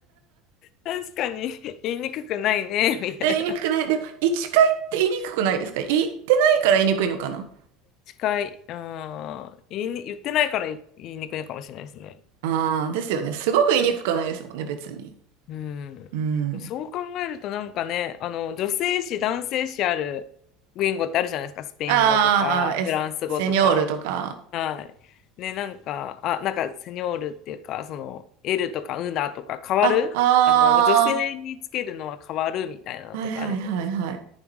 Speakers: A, on the left (about 55°); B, on the right (about 70°).
A: 確かに言いにくくないね、
B: <laughs>
A: <laughs> みたいな。
B: え、言いにくくない。でも、一回って言いにくくないですか言ってないから言いにくいのかな
A: 近い。あー言いに、言ってないから言いにくいかもしれないですね。
B: ああですよね。すごく言いにくくはないですもんね、別に。
A: うん。
B: うん。
A: そう考えるとなんかね、あの、女性誌、男性誌ある言語ってあるじゃないですか。スペイン語とか、
B: あーあー、
A: フランス語とか。
B: え、セニョールとか。
A: はい。ね、なんか、あ、なんか、セニョールっていうか、その、L とかウナとか変わるあの、
B: あ、あ
A: 女性につけるのは変わるみたいなのとかあるじゃないですか。
B: あ、はいはいはいはい。